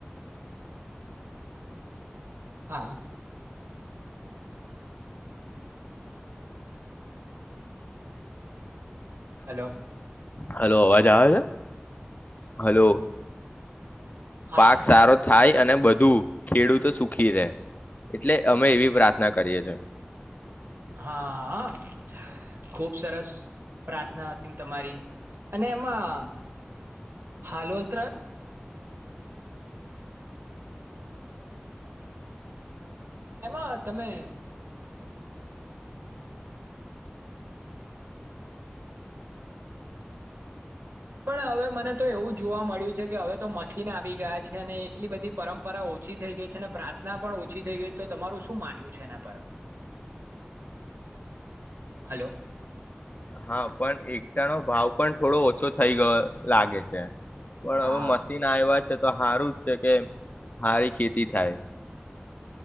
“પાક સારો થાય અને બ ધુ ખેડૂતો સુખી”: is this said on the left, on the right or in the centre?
Left